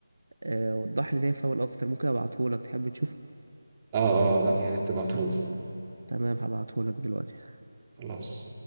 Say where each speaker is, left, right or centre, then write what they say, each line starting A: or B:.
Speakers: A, on the right; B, on the right.
A: آه، وضح لي ده يفول اكتر ممكن ابعتهولك تحب تشوفه
B: اه اه لا يا ريت تبعتهولي
A: تمام هبعتهولك دلوقتي
B: خلاص